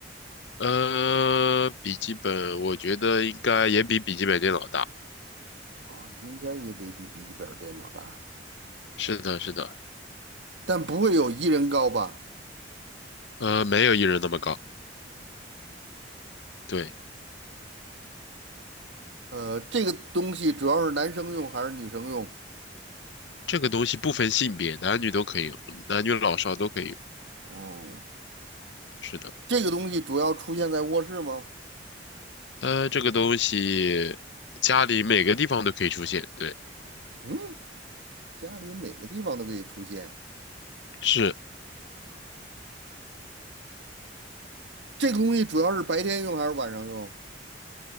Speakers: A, on the left; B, on the right.
A: 呃，笔记本我觉得应该也比笔记本电脑大。
B: 哦，应该也没比笔记本儿电脑大。
A: 是的，是的，
B: 但不会有一人高吧？
A: 呃，没有一人那么高。对。
B: 呃，这个东西主要是男生用还是女生用？
A: 这个东西不分性别，男女都可以用，男女老少都可以用。
B: 嗯，
A: 是的，
B: 这个东西主要出现在卧室吗？
A: 呃，这个东西家里每个地方都可以出现。对，
B: 嗯，家里每个地方都可以出现。
A: 是，
B: 这个东西主要是白天用还是晚上用？